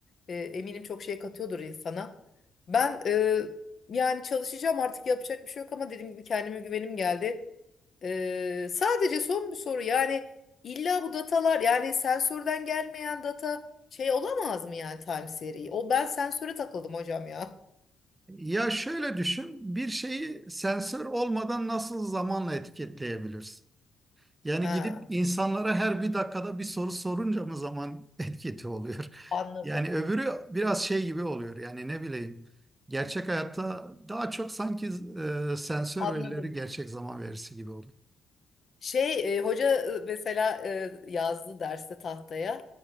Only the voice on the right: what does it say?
Ya şöyle düşün, bir şeyi sensör olmadan nasıl zamanla etiketleyebilirsin? Yani
gidip insanlara her bir dakikada bir soru sorunca mı zaman <laughs> etkisi oluyor?
Yani öbürü biraz şey gibi oluyor. Yani ne bileyim. Gerçek hayatta daha çok sanki e, sensör
verileri gerçek zaman verisi gibi oluyor.